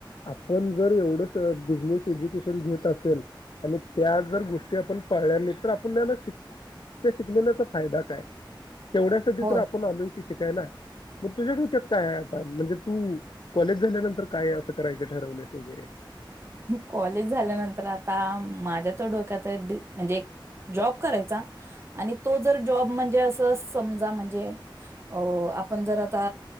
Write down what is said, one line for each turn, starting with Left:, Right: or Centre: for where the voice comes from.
Left: आपण जर एवढ प बिझनेस <inaudible> एजूकेशन घेत असेल आणि त्या जर गोष्टी आपण पाळल्या नाही तर आपू न्याला शिक ते शिकलेलाचा फायदा काय? तेवढ्यासाठी
Right: होय
Left: तर आपण <unintelligible> मग तुझ्या डोक्यात काय आहे आता म्हणजे तू कॉलेज झाल्यानंतर काय असं करायचं ठरवल्यस वगैरे?
Right: कॉलेज झाल्यानंतर आता माझ्या तर डोक्यात हाय डी म्हणजे जॉब करायचा आणि तो जर जॉब म्हणजे असं समजा म्हणजे अ आपण जर आता